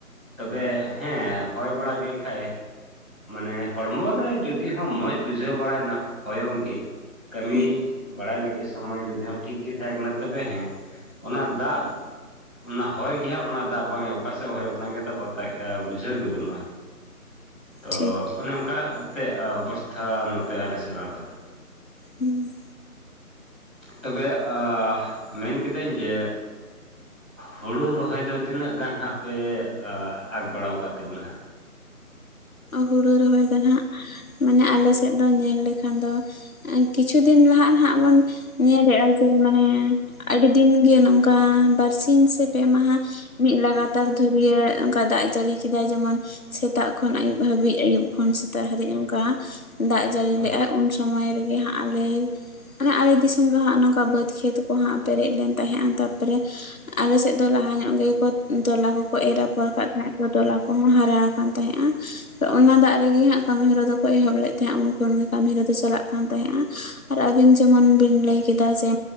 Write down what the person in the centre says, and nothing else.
ᱛᱚᱵᱮ ᱦᱮᱸ ᱦᱚᱭ ᱵᱟᱲᱟ ᱠᱮᱫ ᱠᱷᱟᱡ ᱮ ᱢᱟᱱᱮ ᱦᱚᱲᱢᱚ ᱨᱮ ᱡᱩᱫᱤ ᱦᱚᱸ ᱢᱚᱡᱽ ᱵᱩᱡᱷᱟᱹᱣ ᱵᱟᱲᱟᱭᱮᱱᱟ ᱦᱚᱭᱚᱝ ᱜᱮ ᱠᱟᱹᱢᱤ
ᱵᱟᱲᱟᱭ ᱞᱟᱹᱜᱤᱫ ᱥᱚᱢᱚᱭ ᱡᱩᱫᱤ ᱦᱚᱸ ᱴᱷᱤᱠ ᱜᱮ ᱛᱟᱦᱮᱸ ᱠᱟᱱᱟ ᱛᱚᱵᱮ ᱦᱮᱸ ᱚᱱᱟ ᱫᱟᱜ ᱚᱱᱟ ᱦᱚᱭ ᱜᱮ ᱦᱟᱸᱜ ᱚᱱᱟ ᱫᱟᱜ ᱵᱟᱝᱮ ᱚᱠᱟᱥᱮᱫ ᱦᱚᱭ ᱚᱴᱟᱝ ᱠᱮᱫᱟ ᱯᱟᱛᱟᱜ ᱮ ᱵᱩᱡᱷᱟᱹᱣ ᱜᱮ ᱵᱟᱹᱱᱩᱜᱼᱟ ᱛᱚ
ᱚᱱᱮ ᱚᱝᱠᱟ ᱛᱮ ᱚᱵᱚᱥᱛᱷᱟ ᱱᱚᱛᱮ ᱟᱞᱮ ᱥᱮᱱᱟᱜ ᱫᱚ
ᱛᱚᱵᱮ ᱮ ᱢᱮᱱ ᱠᱤᱫᱟᱹᱧ ᱡᱮ ᱦᱩᱲᱩ ᱨᱚᱦᱚᱭ ᱫᱚ ᱛᱤᱱᱟᱹᱜ ᱜᱟᱱ ᱦᱟᱸᱜ ᱯᱮ ᱟᱠ ᱵᱟᱲᱟᱣ ᱠᱟᱜ ᱛᱟᱵᱚᱱᱟ ᱦᱟᱸᱜ
ᱦᱳᱭ